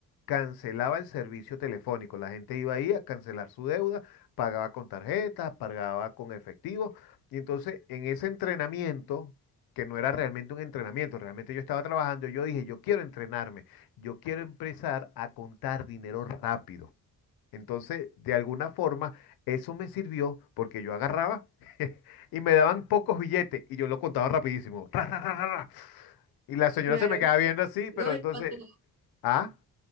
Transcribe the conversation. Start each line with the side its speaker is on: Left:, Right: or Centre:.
Left: cancelaba el servicio telefónico. La gente iba ahí a cancelar su deuda, pagaba con tarjetas, pagaba con efectivo. Y entonces en ese entrenamiento, que no era realmente un entrenamiento, realmente yo estaba trabajando, yo dije, yo quiero entrenarme, yo quiero empezar a contar dinero rápido. Entonces, de alguna forma, eso me sirvió porque yo agarraba <laughs> y me daban pocos billetes y yo lo contaba rapidísimo. Ra, ra, ra, ra, ra. Y la señora
Right: Claro.
Left: se me quedaba viendo así, pero
Right: No,
Left: entonces,
Right: y cuando
Left: ¿ah?